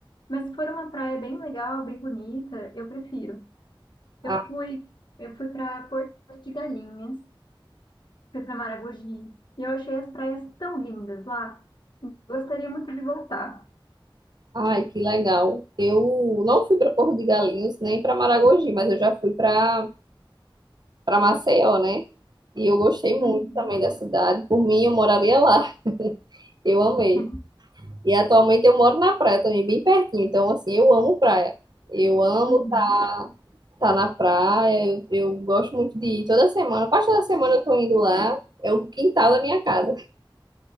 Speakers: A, on the left (about 60°); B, on the right (about 50°).
A: Mas se for uma praia bem legal, bem bonita, eu prefiro. Eu
B: Ah,
A: fui, eu fui para Porto de Galinhas, fui para Maragogi, e eu achei as praias tão lindas lá. Gostaria muito de voltar.
B: ai, que legal. Eu não fui para Porto de Galinhos nem para Maragogi, mas eu já fui para para Maceió, né? E eu gostei muito
A: Uhum.
B: também da cidade. Por mim, eu moraria lá. Eu amei.
A: <laughs>
B: E atualmente eu moro na praia também, bem pertinho. Então, assim, eu amo praia. Eu amo
A: Uhum.
B: estar na praia. Eu, eu gosto muito de ir toda semana. Quase toda semana eu tô indo lá. É o quintal da minha casa.